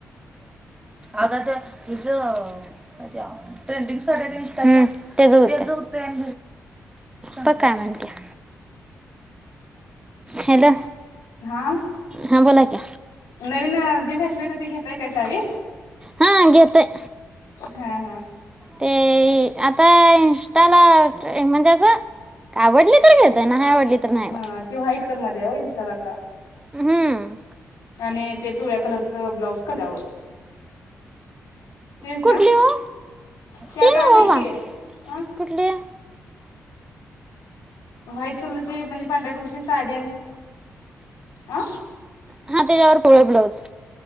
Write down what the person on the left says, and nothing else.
हा
नवीन आज जी फॅशन नाही तर ती घेताय का साडी.
हा हा.
हा ती व्हाईट कलर मध्ये आहे ओ इन्स्टाला आता
आणि ते पिवळ्या कलरच ब्लाउज कल्यावर. तेच
ना
ते आता
आले
की ह
व्हाईट कलरची म्हणजे पांढऱ्या कलरची. साड्याने आ.